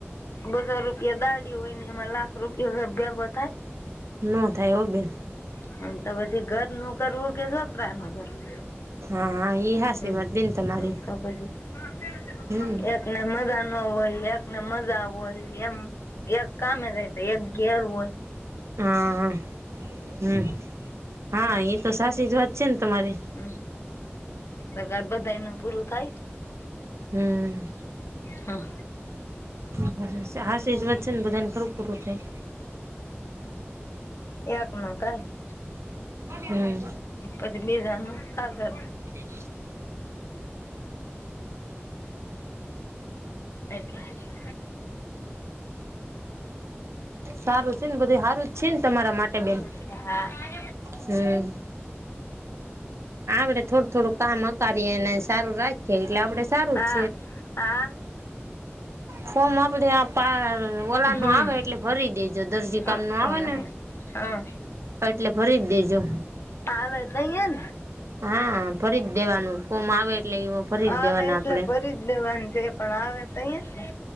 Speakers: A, on the left; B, on the right.
A: બધા રૂપિયા દાડી હોય ને એમાં લાખ રૂપિયો કાઈ ભેગો થાય?
B: નો થાય હો બેન.
A: હમ, તો પછી ઘરનું કરવું કે છોકરાનું કરવું?
B: હા હા ઈ હાસી
A: હમ
B: વાત બેન તમારી.
A: <inaudible>
B: હમ
A: એકને મજા ન હોય, એકને મજા હોય એમ. એક કામે જાય તો, એક ઘેર હોય.
B: હા હમ હા એ તો સાસી જ વાત છેન તમારી.
A: હમ બધાં બધાયનું પૂરું થાય?
B: હમ
A: હમ
B: <inaudible> હાસી જ વાત છે ને, બધાયને થોડું પૂરું થાય.
A: હહ એકનું થાય. <inaudible>
B: હમ
A: પછી બીજાનું કા કર?
B: હમ <inaudible> <inaudible>
A: એટલે
B: સારું જ છે ન બધુંય હારું જ છેન તમારા માટે બેન?
A: એ હા
B: હમ આપડે થોડું થોડું કામ અકારીએ ને સારું રાખીએ એટલે આપડે સારું
A: <inaudible> આ
B: જ
A: આ
B: ફોમ આપડે આ પા ઓલાનું
A: હમ
B: આવે એટલે ભરી દેજો દરજી
A: હા
B: કામનું આવે ને, એટલે ભરી જ દેજો.
A: આવે તઈ એન.
B: હા ભરી જ દેવાનું ફોમ આવે એટલે <inaudible>
A: આવે
B: દેવાના
A: એટલે
B: આપડે
A: ભરી જ દેવાનું છે, પણ આવે તઈ એ ને.